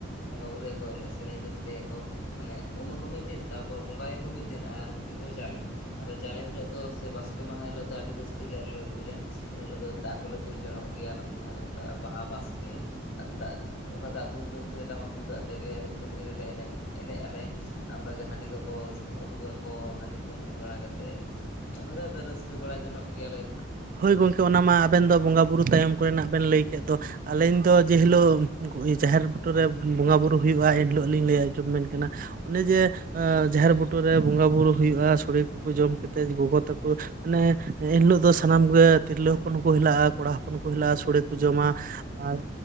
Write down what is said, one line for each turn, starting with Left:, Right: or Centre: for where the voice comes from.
Left: ᱵᱚᱸᱜᱟ ᱵᱩᱨᱩᱭᱟᱠᱚ ᱮᱱᱮᱡ ᱥᱮᱨᱮᱧ ᱨᱟᱹᱥᱠᱟᱹᱭᱟᱠᱚ ᱢᱟᱱᱮ ᱩᱢ ᱟᱠᱚ ᱢᱤᱫ ᱫᱤᱱ ᱛᱟᱨᱯᱚᱨ ᱵᱚᱸᱜᱟᱭᱟᱠᱚ ᱢᱤᱫ ᱫᱤᱱ ᱟᱨ ᱢᱤᱫ ᱫᱤᱱ ᱫᱚ ᱡᱟᱞᱮ ᱟᱫᱚ ᱡᱟᱞᱮ ᱦᱤᱞᱟᱹᱜ ᱫᱚ ᱥᱮ ᱵᱟᱥᱠᱮ ᱢᱟᱦᱟ ᱦᱤᱞᱟᱹᱜ ᱫᱚ ᱟᱹᱰᱤ ᱨᱟᱹᱥᱠᱟᱹ ᱜᱮ ᱟᱞᱮ ᱞᱮ ᱵᱩᱡᱟ ᱤᱱᱟᱹ ᱦᱤᱞᱟᱹᱜ ᱫᱚ ᱫᱟᱜ ᱠᱚᱞᱮ ᱫᱩᱞ ᱡᱚᱱᱚᱜ ᱜᱮᱭᱟ ᱚᱱᱟ ᱡᱟᱦᱟᱸᱭ ᱫᱚᱠᱚ ᱢᱮᱛᱟᱜᱼᱟ ᱵᱟᱦᱟ ᱵᱟᱥᱠᱮ ᱾ ᱟᱫᱚ ᱫᱟᱜ ᱚᱱᱠᱟ ᱫᱟᱜ ᱫᱩᱞᱼ ᱫᱩᱞ ᱛᱮ ᱴᱟᱢᱟᱠ ᱛᱩᱢᱫᱟᱜ ᱟᱛᱮᱜ ᱜᱮ ᱠᱩᱞᱦᱤ ᱨᱮᱞᱮ ᱮᱱᱮᱡ ᱮᱱᱮᱡ ᱟᱞᱮ ᱚᱱᱠᱟᱜᱮ ᱦᱟᱺᱰᱤ ᱠᱚᱠᱚ ᱩᱰᱩᱠᱟ ᱟᱠᱚ ᱦᱟᱺᱰᱤ ᱠᱚ ᱧᱩ ᱵᱟᱲᱟ ᱠᱟᱛᱮᱫ ᱚᱱᱠᱟᱜᱮ ᱟᱫᱚ ᱨᱟᱹᱥᱠᱟᱹ ᱵᱟᱲᱟ ᱡᱚᱱᱚᱜ ᱜᱮᱭᱟᱞᱮ
Right: ᱦᱳᱭ ᱜᱚᱢᱠᱮ ᱚᱱᱟ ᱢᱟ ᱟᱵᱮᱱ ᱫᱚ ᱵᱚᱸᱜᱟ ᱵᱩᱨᱩ ᱛᱟᱭᱚᱢ ᱠᱚᱨᱮᱱᱟᱜ ᱵᱮᱱ ᱞᱟᱹᱭ ᱠᱮᱫ ᱫᱚ ᱟᱹᱞᱤᱧ ᱫᱚ ᱡᱮᱦᱤᱞᱟᱹᱜ ᱡᱟᱦᱮᱨ ᱵᱩᱴᱩᱨᱮ ᱵᱚᱸᱜᱟ ᱵᱩᱨᱩ ᱦᱩᱭᱩᱜᱼᱟ ᱮᱱᱦᱤᱞᱟᱻᱜ ᱞᱤᱧ ᱞᱟᱹᱭ ᱟᱸᱡᱚᱢ ᱵᱤᱱ ᱠᱟᱱᱟ ᱾ ᱚᱱᱮ ᱡᱮ ᱡᱟᱦᱮᱨ ᱵᱩᱴᱟᱹᱨᱮ ᱵᱚᱸᱜᱟ ᱵᱩᱨᱩ ᱦᱩᱭᱩᱜᱼᱟ ᱥᱳᱲᱮ ᱠᱚᱠᱚ ᱡᱚᱢ ᱠᱟᱛᱮᱜ ᱜᱚᱜᱚ ᱛᱟᱠᱚ ᱢᱟᱱᱮ ᱮᱱᱦᱤᱞᱟᱹᱜ ᱫᱚ ᱥᱟᱱᱟᱢ ᱜᱮ ᱛᱤᱨᱞᱟᱹ ᱦᱚᱯᱚᱱ ᱠᱚ ᱦᱮᱞᱟᱜ-ᱟ ᱠᱚᱲᱟ ᱦᱚᱯᱚᱱ ᱠᱚ ᱦᱮᱞᱟᱜ-ᱟ ᱥᱳᱲᱮ ᱠᱚ ᱡᱚᱢᱟ ᱟᱨ